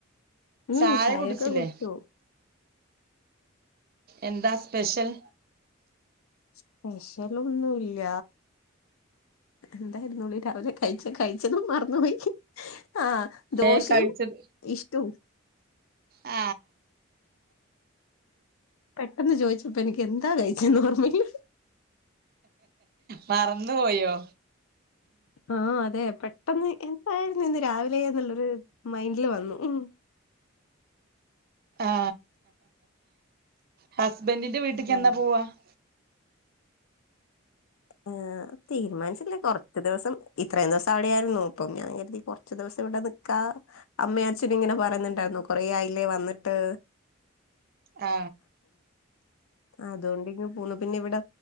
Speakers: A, on the left (about 85°); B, on the right (about 45°).
A: ഉം
B: ചായ
A: ചായൊക്കെ
B: കുടിച്ചില്ലേ
A: കുടിച്ചു.
B: എന്താ സ്പെഷ്യൽ?
A: സ്പെഷ്യല് ഒന്നുല്ല എന്തായിരുന്നുടി രാവിലെ കഴിച്ചേ കഴിച്ചതും മറന്നുപോയി ആ ദോശയും
B: ഏഹ് കഴിച്ചത്
A: ഇഷ്ടും
B: ആ
A: പെട്ടെന്ന് ചോയിച്ചപ്പോ എനിക്ക് എന്താ കഴിച്ചേയെന്ന് ഓർമയില്ല
B: മറന്ന് പോയോ?
A: ആ അതെ പെട്ടെന്ന് എന്തായിരുന്നു ഇന്ന് രാവിലെ എന്നുള്ളരു മൈൻഡില് വന്നു ഉം
B: ആ ഹസ് ബന്റിന്റെ വീട്ട്ക്ക് എന്നാ
A: ഉം
B: പോവാ <inaudible>
A: അഹ് തീരുമാനിച്ചില്ല കൊറച്ച് ദിവസം ഇത്രയും ദിവസം അവിടെയായിരുന്നു അപ്പം ഞാൻ കരുതി കൊറച്ച് ദിവസം ഇവിടെ നിക്കാ. അമ്മ അച്ഛന് ഇങ്ങനെ പറന്നുണ്ടായിരുന്നു കൊറെ ആയില്ലേ വന്നിട്ട്.
B: ആ
A: അതോണ്ട് ഇങ്ങ് പോന്നു പിന്നെവിടെ